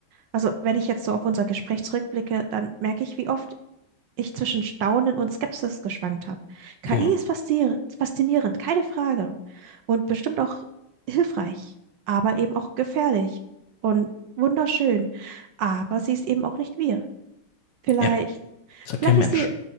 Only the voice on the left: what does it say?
Hm.
Ja, das hat
kein
Mensch.